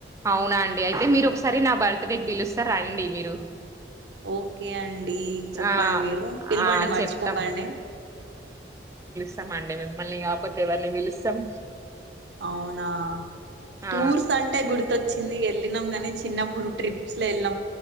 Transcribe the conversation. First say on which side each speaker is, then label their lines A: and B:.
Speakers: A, on the right; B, on the right.
A: అవునా అండి అయితే మీరు ఒకసారి నా బర్త్ డేకి బడీల్ వస్తారు రండి మీరు
B: ఓకే అండి చెప్పండి
A: ఆ
B: మీరు పిలవండి
A: ఆ
B: మర్చిపోకండి
A: చెప్తాం ఇస్తామ అండి మిమ్మల్ని కాకపోతే ఎవరిని పిలుస్తాం
B: అవునా
A: ఆ
B: టూర్స్ అంటే గుర్తొచ్చి చిందికి వెళ్ళినాం కానీ చిన్నప్పుడు ట్రిప్స్ లో వెళ్ళినాం